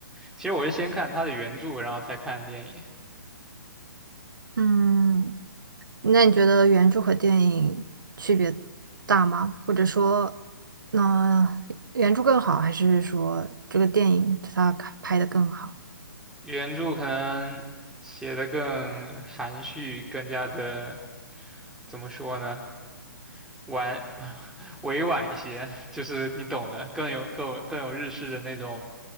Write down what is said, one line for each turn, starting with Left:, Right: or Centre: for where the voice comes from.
Centre: 其实我是先看它的原著，然后才看的电影。
Right: 嗯，那你觉得原著和电影区别大吗？或者说，那、原著更好，还是说这个电影它拍拍的更好？
Centre: 原著可能写的更含蓄，更加的怎么说呢？婉 <laughs> 委婉一些，就是你懂的，更有更有更有日式的那种